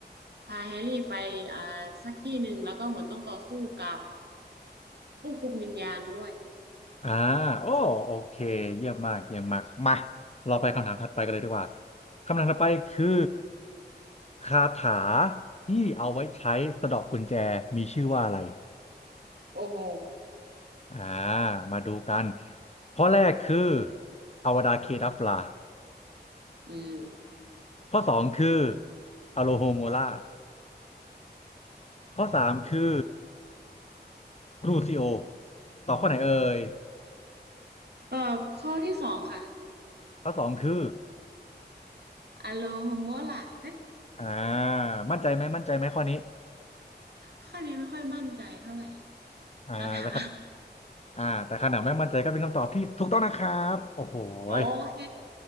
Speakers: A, on the right; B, on the left.
A: พาแฮร์รี่ไปอ่าสักที่หนึ่งแล้วก็เหมือนต้องต่อสู้กับผู้คุมวิญญาณด้วย
B: อ่าโอ้โอเคเยี่ยมมากเยี่ยมมากมาเราไปคำถามถัดไปกันเลยดีกว่าคำถามถัดไปคือคาถาที่เอาไว้ใช้สะเดาะกุญแจมีชื่อว่าอะไร
A: โอ้โห
B: อ่ามาดูกันข้อแรกคืออวดาเคดัฟลา
A: อืม
B: ข้อสองคืออโลโฮโมลาข้อสามคือกรูซิโอต่อบข้อไหนเอ่ย
A: ตอบข้อที่สองค่ะ
B: ข้อสองคือ
A: อโลโฮมัวล่ะเฮ้ย
B: อ่ามั่นใจไหมมั่นใจไหมข้อนี้
A: ข้อนี้ไม่ค่อยมั่นใจเท่าไหร่
B: อ่านะครับ
A: คาถา
B: อ่าแต่ขนาดไม่มั่นใจก็เป็นคำตอบที่ถูกต้องนะครับโอ้โหย
A: โอเค